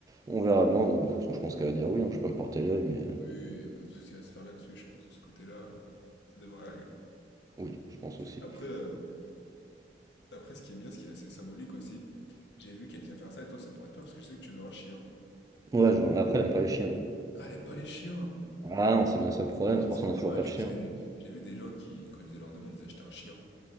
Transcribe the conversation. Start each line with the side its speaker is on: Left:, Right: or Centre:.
Right: on verra bien. De toute façon, je pense qu'elle va dire oui, hein, je peux me porter l'œil, mais euh,
Left: Oui, y a pas de souci à se faire là-dessus, je pense, de ce côté-là, ouais, ça devrait aller.
Right: oui, je pense aussi.
Left: Après, euh, après, ce qui est bien, ce qui est assez symbolique aussi, j'ai vu quelqu'un faire ça, et toi, ça pourrait être pas, parce que je sais que tu veux un chien.
Right: Ouais, je- après, elle aime pas les chiens. elle.
Left: Ah, elle aime pas les chiens!
Right: Ah non, c'est bien ça le problème,
Left: Ah,
Right: c'est pour
Left: c'est
Right: ça
Left: dommage
Right: qu'on a toujours pas de chien.
Left: parce que j'ai j'ai vu des gens qui, quand ils faisaient leur demande, ils achetaient un chien.